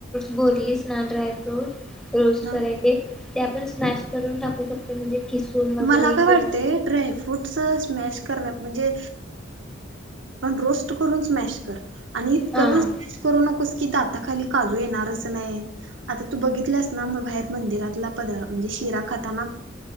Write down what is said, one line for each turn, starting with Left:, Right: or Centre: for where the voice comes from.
Centre: बोललीस ना ड्राय फ्रूट रोस्ट
Right: ना
Centre: करायचे ते आपण स्मॅश करून टाकू शकतो म्हणजे किसून वगैरे
Right: मला काय वाटते
Centre: किंवा
Right: ड्रायफ्रूट स्मॅश स्मॅश कर म्हणजे रोस्ट करून स्मॅश कर आणि इतक
Centre: हा
Right: पण स्मॅश करू नकोस की दाता खाली काजू येणारच नाही आता तू बघितलंस ना म बाहेर मंदिरातला म्हणजे शिरा खाताना